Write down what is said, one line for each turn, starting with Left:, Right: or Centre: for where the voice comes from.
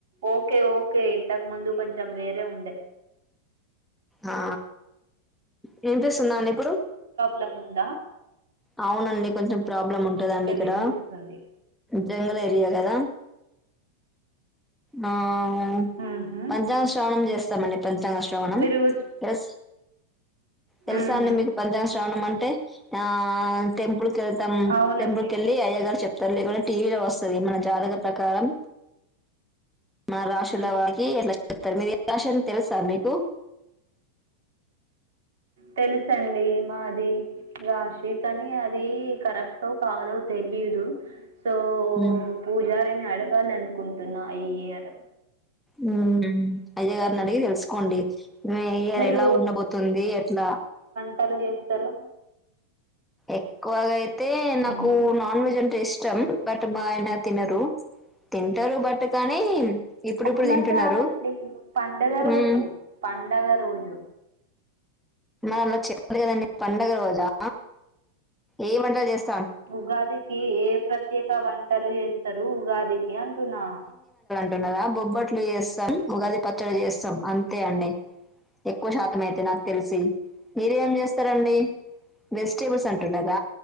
Right: ఓకే ఓ ఓకే ఇంతకు ముందు కొంచెం వేరే ఉండే
Centre: ఆ వినిపిస్తుందా అండి ఇప్పుడు
Right: లంమ్దా
Centre: అవునండి కొంచెం ప్రాబ్లం ఉంటందండి ఇక్కడ
Right: వినిపిస్తుంది.
Centre: జంగల్ ఏరియా గదా ఆ ఉ
Right: ఆహా!
Centre: పంచాంగ శ్రావణం చేస్తామండి పంచాంగ శ్రవణం
Right: మీరు స్
Centre: తెలు తెలుసా
Right: ఆహా!
Centre: అడి మీకు పంచాంగ శ్రవణం అంటే ఆ టెంపుల్ కి వెళ్తాం
Right: అవునండి.
Centre: టెంపుల్ కెళ్ళి అయ్యగారు చెప్ తల్లి కూడా టీవీలో వస్తుది మన జాతక ప్రకారం మ రాశులవరకి
Right: హ్మ్.
Centre: ఎట్ల చెప్తారు మీది ఎరాషని తెలుసా మీకు
Right: తెలుస అండి మాది రాశి అని అది కరెక్ట్ కాదో తెలిదు సో
Centre: మ్మ్.
Right: పూజారిని అడ అడగాలనుకుంటున్నా ఈ ఇయర్
Centre: ఉ అయ్యా గారిని అడిగి తెలుసుకోండి మి ఇయర్
Right: మీరు
Centre: ఎలా ఉండబోతుంది ఎట్లా
Right: పట్టలు చేస్తారు
Centre: ఎక్కువగా అయితే
Right: హ్మ్.
Centre: నాకు నాన్ వెజ్ అంటే ఇస్ట్ ఇష్టం బట్ మా ఆయన తినరు తింటారు బట్ కానీ ఇప్పుడిప్పుడు
Right: అట్లా
Centre: తింటున్నారు
Right: కాదండి పండగ రోజు
Centre: మ్మ్.
Right: పండగ రోజు
Centre: మరలా చెప్పాలి కదండి పండగ రోజా ఏ వంటలు చేస్త
Right: ఉగాదికి ఏ ప్రత్యేక వంటలు చేస్తారు ఉగాదికి అంటున్నా
Centre: న్నదా బొబ్బట్లు చేస్తాం ఉగాది పచ్చడి చేస్తాం అంతే అండి ఎక్కువ శాతం అయితే నాకు తెలిసి మీరేం చేస్తారండి వెజిటేబుల్స్ అంటుంన్నర